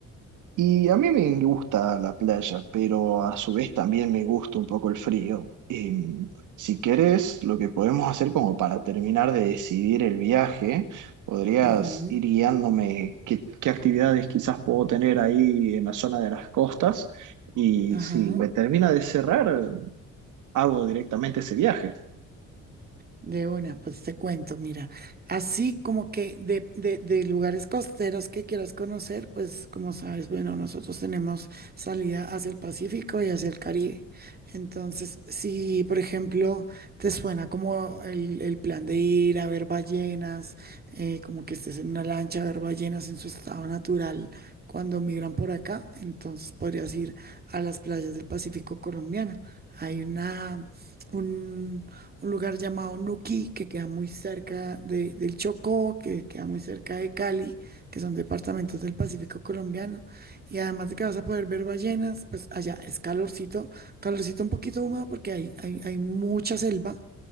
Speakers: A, on the right; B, on the right.
A: Y a mí me gusta la playa, pero a su vez también me gusta un poco el frío. Em, si querés, lo que podemos hacer como para terminar de decidir el viaje, podrías
B: Ujú,
A: ir guiándome qué, qué actividades quizás puedo tener ahí en la zona de las costas. Y
B: ajá.
A: si me termina de cerrar, hago directamente ese viaje.
B: De una, pues te cuento, mira, así como que de, de, de lugares costeros que quieras conocer, pues como sabes, bueno, nosotros tenemos salida hacia el Pacífico y hacia el Caribe. Entonces, si por ejemplo te suena como el, el plan de ir a ver ballenas, eh, como que estés en una lancha a ver ballenas en su estado natural cuando migran por acá, entonces podrías ir a las playas del Pacífico colombiano. Hay una... Un, un lugar llamado Nuquí, que queda muy cerca de- del Chocó, que queda muy cerca de Cali, que son departamentos del Pacífico colombiano. Y además de que vas a poder ver ballenas, pues allá es calorcito, calorcito un poquito húmedo porque hay, hay, hay mucha selva,